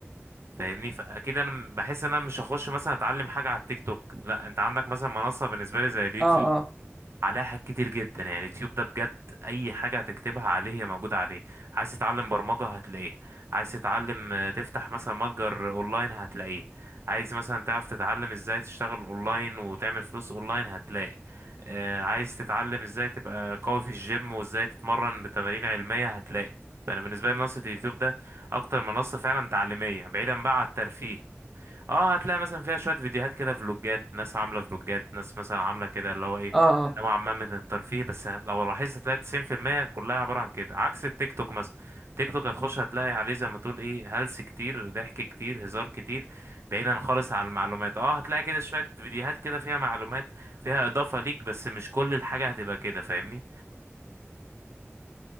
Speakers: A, on the right (about 60°); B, in the centre.
A: فاهمني فاكيد انا م- بحس ان انا مش هخش مثلا اتعلم حاجه على التيك توك لا انت عندك مثلا منصه بالنسبه لي زي اليوتيوب
B: اه اه
A: عليها حاجات كتير جدا يعني اليوتيوب ده بجد اي حاجه هتكتبها عليه هي موجوده عليه عايز تتعلم برمجه هتلاقيه عايز تتعلم آه، تفتح مثلا متجر اونلاين هتلاقيه عايز مثلا تعرف تتعلم ازاي تشتغل اونلاين وتعمل فلوس اونلاين هتلاقي آه، عايز تتعلم ازاي تبقى قوي في الجيم وازاي تتمرن بتمارين علميه هتلاقي فانا بالنسبه لي منصه اليوتيوب ده اكتر منصه فعلا تعليميه بعيدا بقى عن الترفيه اه هتلاقي مثلا فيها شوية فيديوهات كده فلوجات ناس عاملة فلوجات ناس مثلا عاملة كده اللي هو ايه
B: اه آه.
A: نوعا ما من الترفيه بس هت- لو لاحظت هتلاقي 90% كلها عبارة عن كده عكس التيك توك مثلا تيك توك هتخش هتلاقي عليه زي ما تقول ايه هلس كتير ضحك كتير هزار كتير بعيدا خالص عن المعلومات اه هتلاقي كده شوية فيديوهات كده فيها معلومات فيها إضافة ليك بس مش كل الحاجة هتبقى كده فاهمني